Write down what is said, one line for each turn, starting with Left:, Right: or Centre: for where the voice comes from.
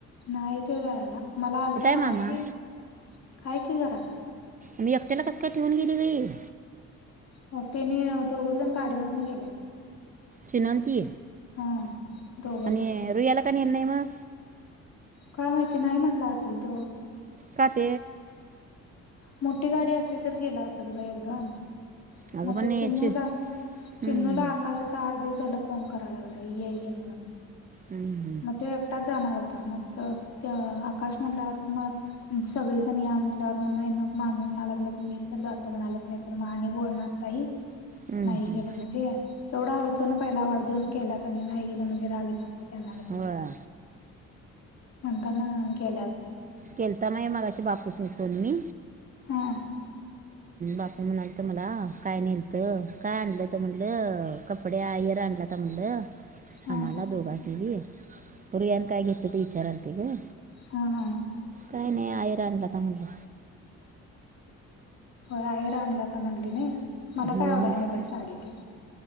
Left: नाही ते जायला मला आलता मगाशी
Right: मामा
Left: काय की घरात
Right: मी एकट्याला कस काय ठेऊन गेली गईल
Left: हो त्यांने दोघंजण गाडीवरन गेल्यात
Right: चुनवती
Left: हा दोघ जण
Right: आणि रुयाला का हर्णय म
Left: काय माहिती नाही म्हटलं असेल तो
Right: काट
Left: मोठी गाडी असते तर गेला असतात ग एकदम
Right: अगं
Left: मग
Right: पण
Left: ते
Right: याची
Left: चिन्नूला
Right: हं,
Left: चिन्नूला आकाश आता आठ दिवस झाला फोन कराय लागलाय म्हणून
Right: हम्म
Left: मग तो एकटाच जाणार होता मग आकाश म्हटल्यावर त मग सगळेजण या म्हटल्यावर म्ह म मामी म्हणा लागल मी तर जातो म्हणाल नाही तर मा आणि बोलणार ताही
Right: हं,
Left: नाही
Right: हं.
Left: गेलं म्हणजे एवढा हवस ना पहिला वाढदिवस केलात आणि नाही गेलं म्हणजे रागी म पण
Right: होय
Left: म्हणताना गेल्यात
Right: केलता म मग बापूस निकन मी
Left: हां
Right: बापू त म्हणालत मला काय निलतं काय आणलं तर म्हणटलं कपडे आ इर आणलं तर म्हणटलं
Left: हां
Right: आम्हाला दोघास नी परयान काय घेत त विचाराल त ग
Left: हा हा
Right: काही नाही आहेर आणला का म्हणलं
Left: हो आईरा आणला तर म्हणली नाही मला
Right: होय
Left: काय आवडाय
Right: म्हटलं
Left: नाही साडी ती